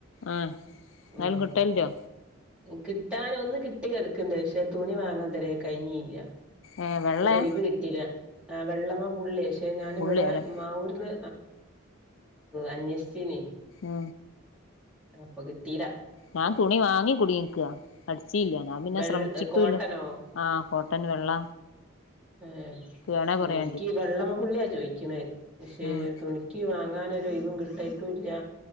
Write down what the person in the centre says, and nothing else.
ഉം
കിട്ടൻ ഒന്ന് കിട്ടി കിടക്കണ്ട് പക്ഷെ തുണി വാങ്ങാൻ തരാ കഴിഞ്ഞല്ല
ഒരുഴവ് കിട്ട വെള്ള പി പക്ഷേ ഞാനിവിടെ
മാവൂർന്ന് അന്വേഷിച്ചീന
അപ്പൊ കിട്ടീരാ
വെള്ള
കോട്ടനോ
ഏ
എനിക്ക്
വെള്ളമ്മ പുള്ളിയാ ചോദിക്കണ പക്ഷേ
തുണിക്ക് വാങ്ങാൻ വം കിട്ടയിട്ടുംല്ല